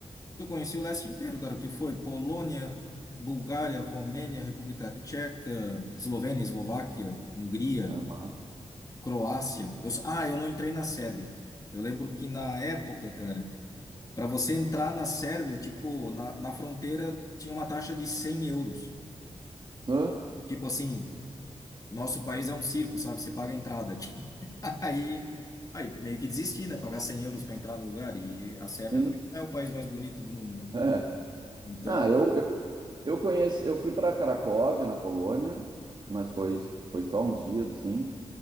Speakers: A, on the left; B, on the right.
A: que eu conheci o leste inteiro, cara, que foi Polônia, Bulgária, Romênia, República Tcheca, Eslovênia, Eslováquia, Hungria,
B: É, mas...
A: Croácia. Eu... s- Ah, eu não entrei na Sérvia. Eu lembro que na época, cara, Para você entrar na Sérvia, tipo, na, na fronteira tinha uma taxa de 100 euros.
B: Hã?
A: Tipo assim, o nosso país é um circo, sabe? Você paga a entrada aqui. <laughs> Aí, aí meio que desisti, né? Pagar 100 euros para entrar no lugar. E a Sérvia
B: Sim.
A: também não é o país mais bonito do mundo, né?
B: É.
A: Então,
B: Ah, eu, eu, eu conheci, eu fui para Cracóvia, na Polônia, mas foi, foi só uns dias assim.